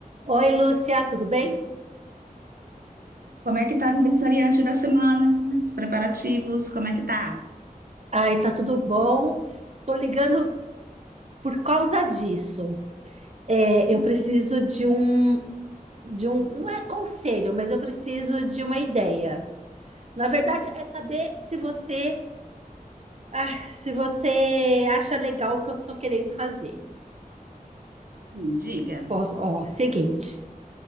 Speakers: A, on the right; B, on the right.
A: Oi, Lúcia, tudo bem?
B: Como é que tá a aniversariante da semana? Os preparativos, como é que tá?
A: Ai, tá tudo bom. Tô ligando por causa disso. É,
B: Hum,
A: eu preciso de um, de um, não é conselho, mas eu preciso de uma ideia. Na verdade, é saber se você, ah, se você acha legal o que eu tô querendo fazer.
B: hum, diga.
A: Posso, ó, seguinte.